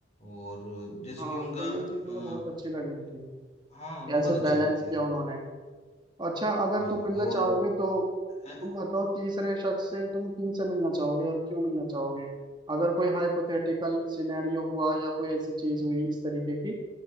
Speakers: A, on the left (about 40°); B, on the right (about 25°).
A: और जैसे
B: हाँ
A: कि उनका
B: तो ये चीज
A: अ,
B: मुझे बहुत अच्छी लगी उनकी
A: हाँ
B: कैसे
A: बहुत अच्छी
B: बैलेंस
A: लगती
B: किया
A: है
B: उन्होंने अच्छा अगर
A: हाँ
B: तुम मिलना
A: और
B: चाहोगे तो
A: अ,
B: तुम बताओ तीसरे शख्स से तुम किन से मिलना चाहोगे और क्यों मिलना चाहोगे अगर कोई हाइपोथेटिकल सिनेरियो हुआ या कोई ऐसी चीज हुई इस तरीके की